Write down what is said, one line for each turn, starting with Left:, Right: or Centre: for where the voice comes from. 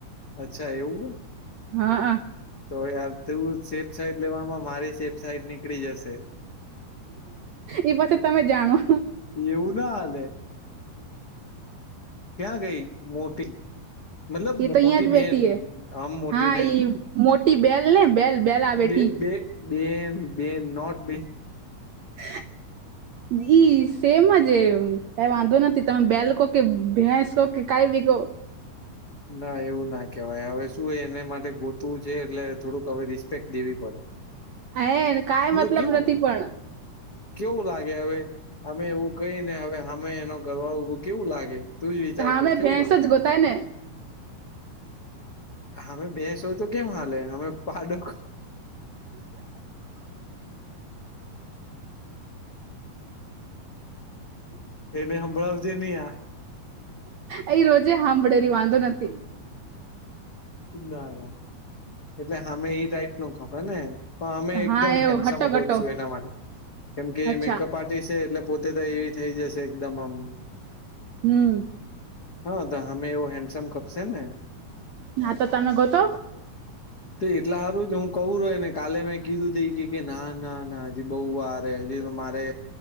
Left: અચ્છા એવું હો.
Right: હા હા.
Left: તો યાર તું સેફ સાઇટ લેવામાં મારી સેફ સાઇટ નીકળી જશે.
Right: એ પાછ તમે જાણો.
Left: એવું ના હાલે ક્યાં ગઈ મોટી
Right: <inaudible>
Left: મતલબ
Right: એ તો અહિયાં
Left: મોટી
Right: જ
Left: બેન
Right: બેઠી હ
Left: આમ મોટી
Right: હા
Left: નહી
Right: ઈ મોટી બેલ ને બેલ બેલ આ બેઠી
Left: બે બે બેન બેન નોટ બેન
Right: <inaudible> ઈ સેમ જ કઈ વાંધો નથી તમે બેલકો કે ભેંસ કો કે કઈ બી
Left: ના એવું ના કેહેવાય હવે શું એને માટે ગોતવું છે એટલે થોડુંક હવે રિસ્પેક્ટ દેવી પડે
Right: હે કાઈ
Left: મ
Right: મતલબ
Left: કેવું
Right: નથી
Left: લાગે
Right: પણ
Left: કેવું લાગે હવે અમે એવું કઈને હવે અમે એનો ઘરવાળો ઉભો કેવું લાગે તુંજ વિચાર
Right: હામે
Left: કર કેવું
Right: ભેંસ
Left: લાગે
Right: ગોતાય ને
Left: અમે ભેંસ હોય તો કેમ હાલે અમે પાડો એને હંભળવજે ન આ
Right: અ રોજે સાંભળેરી વાંધો નથી
Left: ના ના એટલે હમે એ ટાઈપ નો ખે ને એમ પણ અમે એકદમ
Right: હા એ
Left: હેન્ડસમ
Right: હટો
Left: ગોતશું
Right: ઘટો
Left: એના માટે કેમકે
Right: અચ્છા
Left: મેકઅપ પાર્ટી છે એટલે પોતે તો એવી થઈ જશે એકદમ આમ
Right: હમ
Left: હા તો અમે એવો હેન્ડસમપ ખપશે ને
Right: ના તો તમે ગોતો
Left: તો એટલા સારું જ હું કહું રોને કાલે મેં કીધું તઈ કે ના ના ના બહ વારે હજી મારે